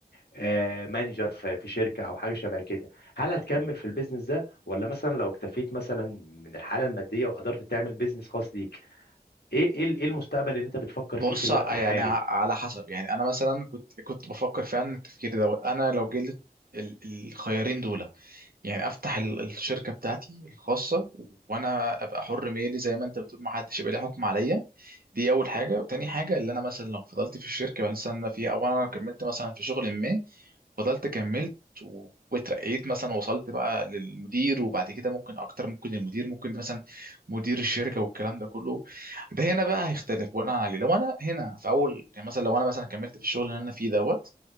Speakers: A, on the left; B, on the right.
A: آه، مانجر في في شركة أو حاجة شبه كده هل هتكمل في البيزنس ده ولا مثلا لو اكتفيت مثلا من الحالة المادية وقدرت تعمل بيزنس خاص ليك إيه إيه إيه المستقبل اللي أنت بتفكر
B: بص
A: فيه في الوقت
B: يعني
A: الحالي؟
B: ع- على حسب يعني انا مثلا كنت كنت بفكر فعلا التفكير دوت انا لو جالي ال- الخيارين دول يعني افتح ال- الشركه بتاعتي الخاصه وانا ابقى حر مالي زي ما انت بتقول ما حدش يبقى ليه حكم عليا دي اول حاجه وتاني حاجه اللي انا مثلا لو فضلت في الشركه مثلا انا فيها او انا كملت مثلا في شغل ما فضلت كملت و- واترقيت مثلا وصلت بقى للمدير وبعد كده ممكن اكتر ممكن المدير ممكن مثلا مدير الشركه والكلام ده كله ده هنا بقى هيختلف بناء عليه لو انا هنا في اول يعني مثلا لو انا مثلا كملت في الشغل اللي انا فيه دوت